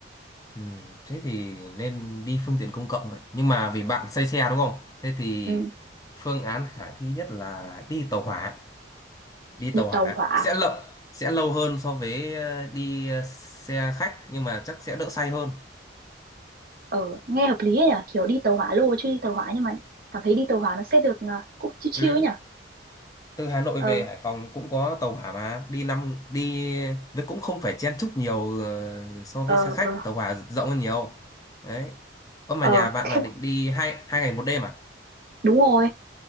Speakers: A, on the left; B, on the right.
A: ừ, thế thì nên đi phương tiện công cộng vậy nhưng mà vì bạn say xe đúng không thế thì
B: ừ,
A: phương án khả thi nhất là đi tàu hỏa đi
B: đi
A: tàu hỏa
B: tàu hỏa
A: sẽ lâu sẽ lâu hơn so với ờ, đi ờ, xe khách nhưng mà chắc sẽ đỡ say hơn
B: ờ nghe hợp lý ấy nhỉ kiểu đi tàu hỏa lô chứ đi tàu hỏa nhưng mà cảm thấy đi tàu hỏa nó sẽ được ờ, cũng chill chill
A: ừ.
B: ấy nhỉ
A: từ Hà Nội
B: ờ
A: về Hải Phòng cũng có tàu hỏa mà đi năm đi với cũng không phải chen chúc nhiều ờ, so
B: ờ
A: với xe khách
B: ờ
A: tàu hỏa rộng hơn nhiều đấy ơ mà
B: Ờ,
A: nhà bạn
B: thế
A: là định
B: là-
A: đi hai hai ngày một đêm à
B: đúng rồi,